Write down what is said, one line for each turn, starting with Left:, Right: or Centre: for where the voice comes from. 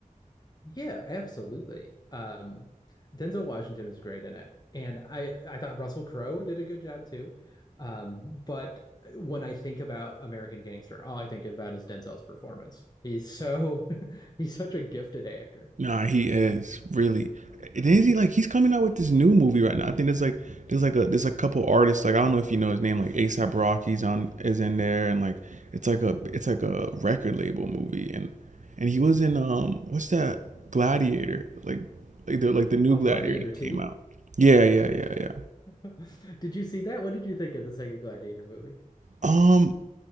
Left: Yeah, absolutely. Um Denzel Washington was great in it. And I I thought Russell Crowe did a good job too. Um but when I think about American Gangster, all I think about is Denzel's performance. He's so <laughs> he's such a gifted actor.
Right: Nah, he is really. And is he like he's coming out with this new movie right now? I think there's like there's like a there's a couple artists like I don't know if you know his name like ASAP Rocky's on is in there and like it's like a it's like a record label movie and and he was in um what's that Gladiator like like the like the new
Left: Oh,
Right: Gladiator
Left: Gladiator
Right: that
Left: 2?
Right: came out. Yeah, yeah, yeah, yeah.
Left: <laughs> Did you see that? What did you think of the second Gladiator movie?
Right: Um,